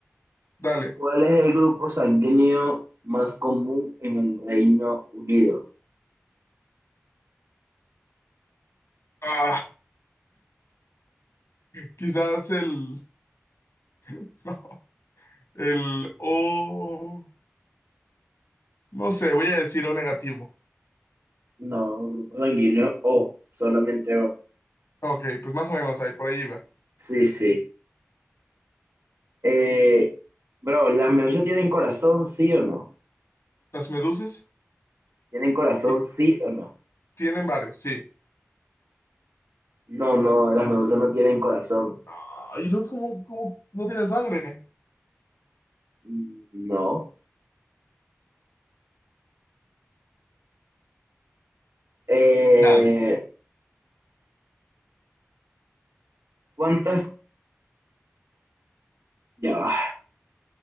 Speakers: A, on the left (about 80°); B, on the right (about 90°).
A: Dale.
B: ¿cuál es el grupo sanguíneo más común en el Reino Unido?
A: Ah, quizás el... <laughs> El O. No sé, voy a decir O negativo.
B: No, grupo sanguíneo O, solamente O.
A: Ok, pues más o menos ahí, por ahí iba.
B: Sí, sí. Eh, bro, ¿las medusas tienen corazón, sí o no?
A: Las medusas
B: ¿Tienen corazón,
A: ti-
B: sí o no?
A: tienen varios, sí.
B: No, no, las medusas no tienen corazón.
A: Ah, y luego, ¿cómo, cómo no tienen sangre?
B: Mm, No. Eh,
A: Dale.
B: ¿cuántas? Ya va.